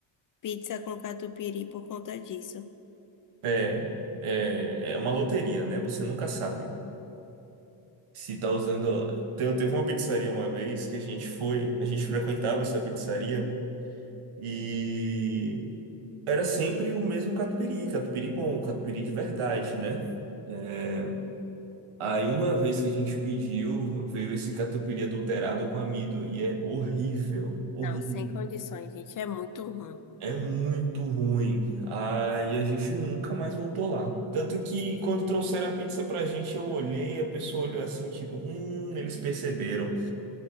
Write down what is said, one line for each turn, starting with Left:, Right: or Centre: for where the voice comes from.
Left: Pizza com catupiry por conta disso.
Right: É, é, é uma loteria, né? Você nunca sabe. Se tá usando. Te- Teve uma pizzaria uma vez que a gente foi, a gente frequentava essa pizzaria e era sempre o mesmo catupiry, catupiry bom, catupiry de verdade, né? É, Aí uma vez que a gente pediu, veio esse catupiry adulterado com amido e é horrível, horrível,
Left: Não, sem condições, gente. É muito ruim.
Right: é muito ruim. Aí a gente nunca mais voltou lá. Tanto que quando trouxeram a pizza pra gente, eu olhei, a pessoa olhou assim, tipo, hum, eles perceberam.